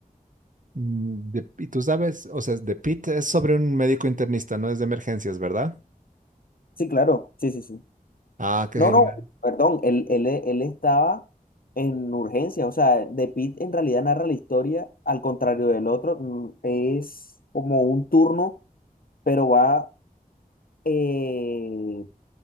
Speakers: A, on the right; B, on the left.
A: Mm, de- y tú sabes, o sea, de Pete es sobre un médico internista, no es de emergencias, ¿verdad?
B: Sí, claro, sí, sí, sí.
A: Ah, qué
B: No,
A: genial.
B: no, perdón, él, él, él estaba en urgencia, o sea, The Pitt en realidad narra la historia, al contrario del otro, mm, es como un turno, pero va eh,